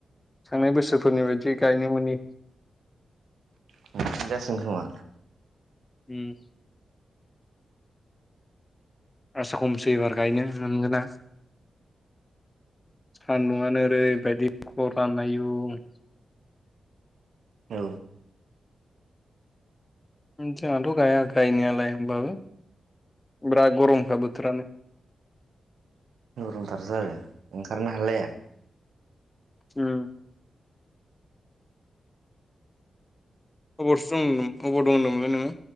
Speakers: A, on the left; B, on the right.
A: थांनाय बोसोरफोरनि बायदि गायनो मोनि। <unintelligible>
B: <unintelligible> जासिगोन खोमा।
A: उम आसा खमसै एबार गायनो मोनगोना। सान्दुंआनो ओरैबायदि खरान आयु। <inaudible>
B: औ
A: उम जोंहाथ' गाया गायनायालाय होमबाबो। बिराद गरमखा बोथोरानो।
B: गरमथारसो आरो ओंखारनो हालाया।
A: उम अबावथो दं अबाव दं होनदोंमोनलाय नोङो?